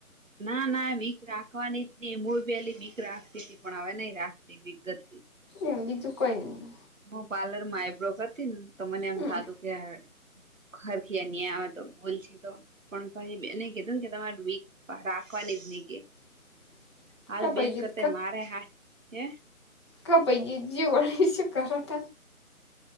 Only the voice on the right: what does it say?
ના ના ભીક રાખવાની જ ન હળ પીલી ભીક રાખતી હતી પણ હવે નઈ રાખતી વિ.
હું પાર્લર માં આઈ બ્રોકર થી ને તો મને એમ
થતું કે. ઘરખી ન આવે તો બોલ છે તો. પણ ભાઈ એને કીધું ને કે તમારે વક રાખવાની જ નહી કે.
હાલ બેન
કરતા મારે હા હે